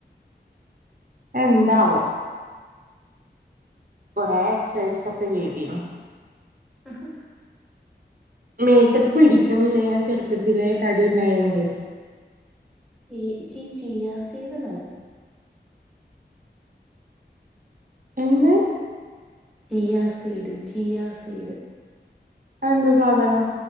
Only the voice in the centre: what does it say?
ഉഹും
ഈഹ് ചി ചിയാസീഡ് നൽ
ചിയ സീഡ് ചിയ സീഡ്